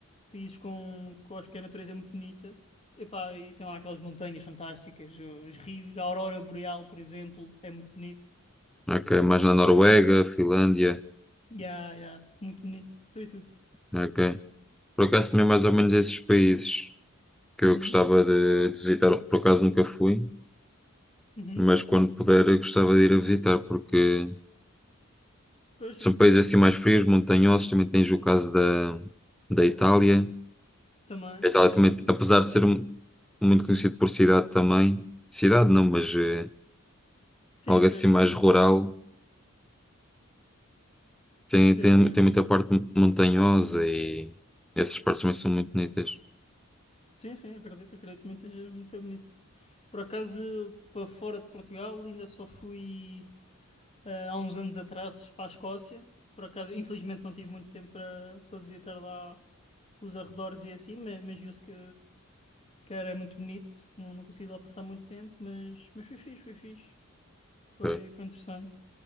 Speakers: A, on the left; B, in the centre.
A: países com, que eu acho que a natureza é muito bonita. Epá, e tem lá aquelas montanhas fantásticas, os rios, a aurora boreal, por exemplo, é muito bonito.
B: Ok.
A: Por
B: Mais
A: exemplo,
B: na Noruega, Finlândia.
A: yeah, yeah, muito bonito. Tu e tu?
B: Ok. Por acaso também mais ou menos esses países que
A: Uhum,
B: eu gostava de de visitar. Por acaso nunca fui,
A: uhum.
B: mas quando puder eu gostava de ir a visitar porque
A: Pois,
B: são
A: eu
B: países
A: também acredito.
B: assim mais frios, montanhosos. Também tens o caso da, da Itália
A: Também,
B: A
A: também
B: Itália também,
A: é muito.
B: apesar de ser um- muito conhecido por cidade também, cidade não, mas eh,
A: Sim,
B: algo
A: ser,
B: assim
A: eh,
B: mais rural, tem,
A: deve
B: tem,
A: ser.
B: tem muita parte mon- montanhosa e essas partes também são muito bonitas.
A: Sim, sim, acredito, acredito também que seja muito bonito. Por acaso, para fora de Portugal, ainda só fui eh, há uns anos atrás para a Escócia. Por acaso, infelizmente, não tive muito tempo para, para visitar lá os arredores e assim, ma- mas, viu-se que, que era muito bonito. Não, não consegui lá passar muito tempo, mas, mas foi fixe, foi fixe. Foi,
B: É.
A: foi interessante.